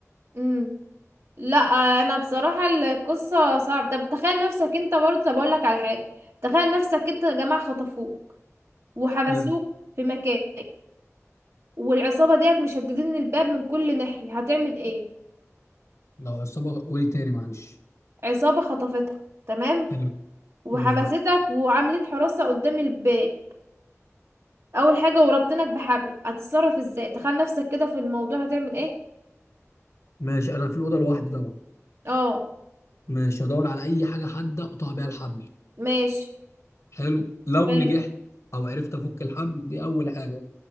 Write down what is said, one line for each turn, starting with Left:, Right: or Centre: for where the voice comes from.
Right: أمم. لا انا بصراحة القصة صعبة طب تخيل نفسك انت برضه طب اقول لك على حاجة تخيل نفسك انت يا جماعة خطفوك وحبسوك
Left: حلو
Right: في مكان والعصابة ديت مشددين الباب من كل ناحية هتعمل ايه
Left: لو عصابه قولي تاني معلش
Right: عصابة خطفتك تمام
Left: حلو
Right: وحبستك
Left: تمام
Right: وعاملين حراسة قدام الباب اول حاجة وربطنك بحبل هتتصرف ازاي تخيل نفسك كده في الموضوع هتعمل ايه
Left: ماشي انا في الاوضه لوحدي طبعا
Right: اه
Left: ماشي هدور على اي حاجه حاده اقطع بيها الحبل
Right: ماشي
Left: حلو لو
Right: حلو
Left: نجحت او عرفت افك الحبل دي اول حاجه